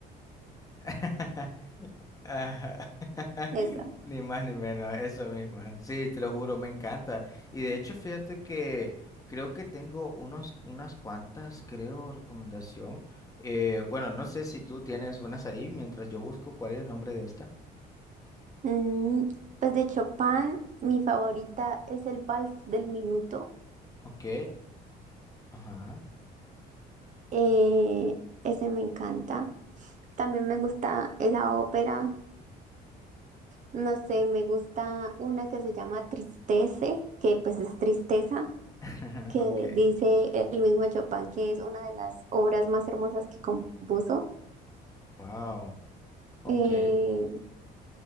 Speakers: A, on the left (about 20°); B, on the right (about 45°).
A: <laughs> Ajá. <laughs>
B: Esa.
A: Ni más ni menos, eso mismo. Sí, te lo juro, me encanta. Y de hecho, fíjate que creo que tengo unos, unas cuantas, creo, recomendación. Eh, bueno, no sé si tú tienes unas ahí mientras yo busco cuál es el nombre de esta.
B: Mm, pues de Chopin, mi favorita es el Vals del Minuto.
A: Ok. Ajá.
B: Eh, ese me encanta. También me gusta esa ópera. No sé, me gusta una que se llama Tristece, que pues es tristeza,
A: <laughs>
B: que
A: Ok.
B: dice el mismo Chopin que es una de las obras más hermosas que compuso.
A: Wow. Ok.
B: Eh,